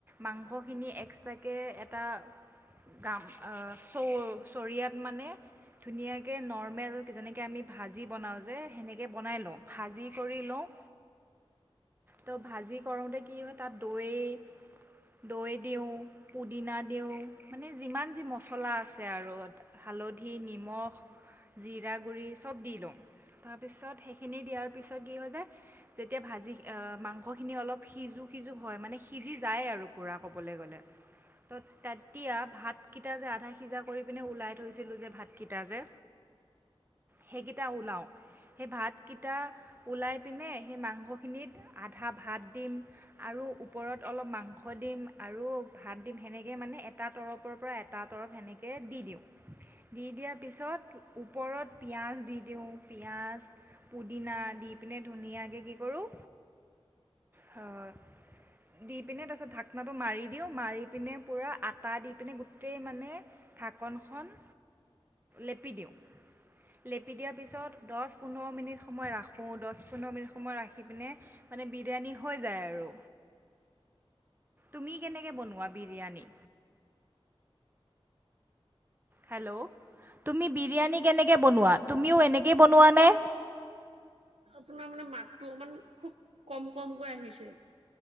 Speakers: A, on the right; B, on the right.
A: মাংসখিনি এক্সট্ৰাকে এটা কাম আহ চৌ চৰিয়াত মানে ধুনীয়াকে নৰ্মেল যেনেকে আমি ভাজি বনাওঁ যে সেনেকে বনাই লওঁ, ভাজি কৰি লওঁ ত ভাজি কৰোতে কি হয় তাত দৈ দৈ দিওঁ, পুদিনা দিওঁ মানে যিমান যি মছলা আছে আৰু হালধি, নিমখ জিৰা গুৰি চব দি লওঁ, তাৰপিছত সেইখিনি দিয়াৰ পিছত কি হয় যায় যেতিয়া ভাজি অ মাংসখিনি অলপ সিজো সিজো হয় মানে সিজি যায় আৰু পুৰা ক'বলৈ গ'লে ত তাত তিয়া ভাতকেইটা যে আধা সিজা কৰি পিনে ওলাই থৈছিলোঁ যে ভাতকেইটা যে সেইকেইটা ওলাওঁ। সেই ভাতকেইটা ওলাই পিনে সেই মাংসখিনিত আধা ভাত দিম আৰু ওপৰত অলপ মাংস দিম, আৰু ভাত দিম সেনেকে মানে এ এটা তৰপৰ পৰা এটা তৰপ সেনেকে দি দিওঁ। দি দিয়াৰ পিছত ওপৰত পিঁয়াজ দি দিওঁ, পিঁয়াজ পুদিনা দি পিনে ধুনীয়াকে কি কৰোঁ হয়, দি পিনে তাৰপিছত ঢাকনাটো মাৰি দিওঁ, মাৰি পিনে পোৰা আ তা‌ দি পিনে গোটেই মানে ঢাকনখন লেপি দিওঁ। লেপি দিয়াৰ পিছত দছ পোন্ধৰ মিনিট সময় ৰাখোঁ দছ পোন্ধৰ মিনিট সময় ৰাখি পিনে মানে বিৰিয়ানী হৈ যায় আৰু। তুমি কেনেকে বনোৱা বিৰিয়ানী? হেল্ল'। তুমি বিৰিয়ানী কেনেকৈ বনোৱা, তুমিও এনেকৈ বনোৱানে?
B: আপোনাৰ মানে মাতটো অকমান খুব কম- কমকৈ আহিছে।